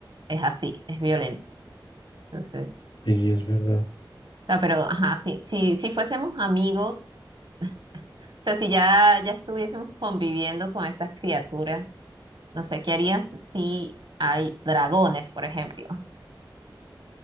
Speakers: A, on the right; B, on the left.
A: Es así, es violento. Entonces,
B: Sí, es verdad.
A: o sea, pero ajá, sí, si, si fuésemos amigos, o sea, si ya, ya estuviésemos conviviendo con estas criaturas, no sé, ¿qué harías si hay dragones, por ejemplo?